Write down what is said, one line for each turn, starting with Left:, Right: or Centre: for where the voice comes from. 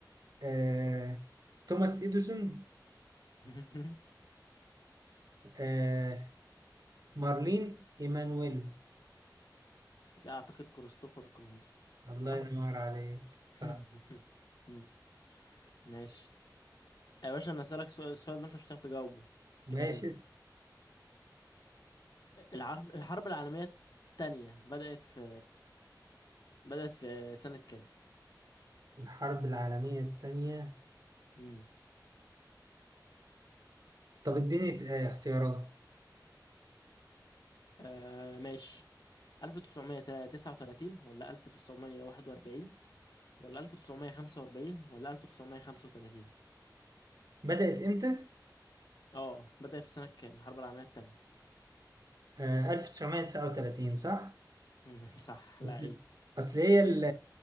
Right: آه توماس اديسون
Left: <laughs>
Right: آه مارلين ايمانويل
Left: لا اعتقد كريستوفر كولومبوس
Right: الله
Left: صح
Right: ينور عليك صح
Left: <laughs> مم. ماشي يا باشا انا اسالك سؤال السؤال ده انت مش هتعرف تجاوبه
Right: ماشي
Left: كده كده الحرب الحرب العالميه الثانيه بدات في <laughs> بدات في سنه كام
Right: الحرب العالمية الثانية
Left: امم
Right: طب اديني آه اختيارات
Left: آه ماشي 1939 ولا 1941 ولا 1945 ولا 1935
Right: بدأت امتى
Left: اه بدات في سنه كام الحرب العالميه الثانيه
Right: آه 1939 صح
Left: <laughs> صح لعيب
Right: اصل اصل هي ال